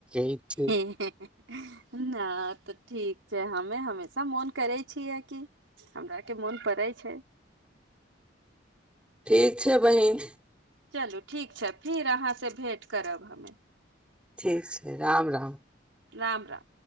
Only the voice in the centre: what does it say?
<unintelligible>
ठीक छै बहिन
ठीक छै राम राम